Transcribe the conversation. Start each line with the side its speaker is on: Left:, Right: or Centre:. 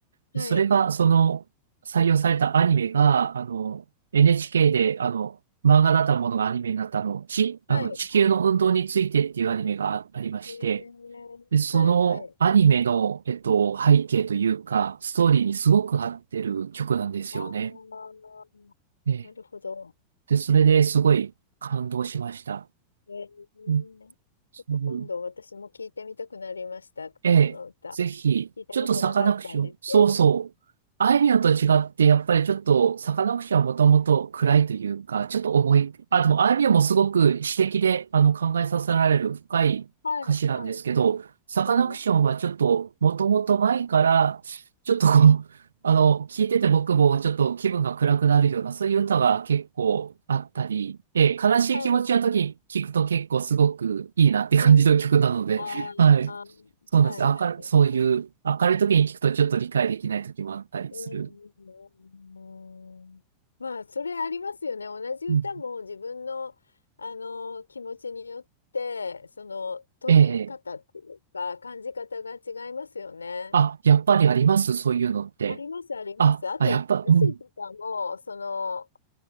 Left: い、
Right: でそれが、
Left: はい、
Right: その、採用されたアニメが、あの、NHK で、あの、漫画だったものがアニメになったあの、ち、
Left: はい、
Right: あの、地球の運動についてっていうアニメがあありまして、
Left: はい、えー、
Right: で、そのアニメの、
Left: はい、はい、
Right: えっと、背景というか、ストーリーにすごく合ってる曲なんですよね。
Left: あー、
Right: ええ
Left: なるほど。
Right: で、それですごい感動しました。
Left: えー、
Right: うん
Left: ちょっと今度私も聞いてみたくなりました。
Right: そうええ、
Left: その歌。
Right: ぜひ、
Left: 聞いたことなかったんですけれども。
Right: ちょっとサカナクション、そうそう。あいみょんと違って、やっぱりちょっと、サカナクションはもともと暗いというか、ちょっと重い。あ、でも、あいみょんもすごく詩的で、あの、考えさせられる深い歌詞なんですけど、
Left: はい、はい。
Right: サカナクションはちょっと、
Left: そうですね。
Right: もともと前から、ちょっとこう、あの、聞いてて僕もちょっと気分が暗くなるような、そういう歌が結構あったり、ええ、悲しい気持ちの時に聞くと結構すごくいいなって感じの曲なので、
Left: はい。うん。あ
Right: はい。
Left: あ、は
Right: そうなんですよ。
Left: いはいはい。
Right: 明る、そういう、明るい時に聞くとちょっと理解できない時もあったりする。
Left: うん。まあ、それありますよね。同じ歌も自分の、
Right: うん
Left: あの気持ちによって、その取り方っていうか、
Right: ええ。
Left: 感じ方が違いますよね。
Right: あ、やっぱりありますそういうのって。
Left: ありますあります。
Right: あ、
Left: あと、
Right: あ、やっぱ、
Left: 歌詞とかも、
Right: うん、
Left: その、